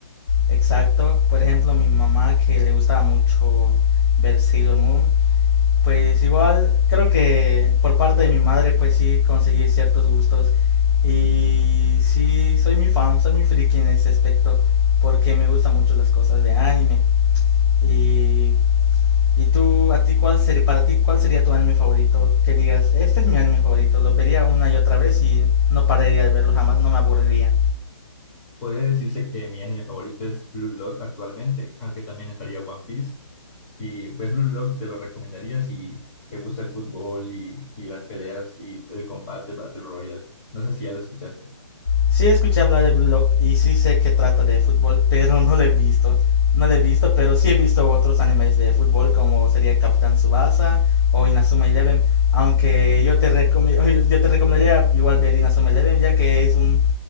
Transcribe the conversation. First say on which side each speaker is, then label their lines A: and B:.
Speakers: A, on the left; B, on the left.
A: Exacto, por ejemplo, mi mamá que le gustaba mucho ver Sailor Moon, pues igual creo que por parte de mi madre pues sí conseguí ciertos gustos y sí soy muy fan, soy muy friki en ese aspecto porque me gustan mucho las cosas de anime y ¿Y tú, a ti cuál sería, para ti, cuál sería tu anime favorito? Que digas, este es mi anime favorito, lo vería una y otra vez y no pararía de verlo jamás, no me aburriría.
B: Podría decirse que mi anime favorito es Blue Lock actualmente, aunque también estaría One Piece. Y pues Blue Lock te lo recomendaría si te gusta el fútbol y, y las peleas y el combate Battle Royale. No sé si ya lo escuchaste.
A: Sí escuché hablar de Blue Lock y sí sé que trata de fútbol, <laughs> pero no lo he visto. No lo he visto, pero sí he visto otros animes de fútbol como sería Capitán Tsubasa o Inazuma Eleven, aunque yo te, recom- <laughs> yo te recomendaría igual ver Inazuma Eleven ya que es un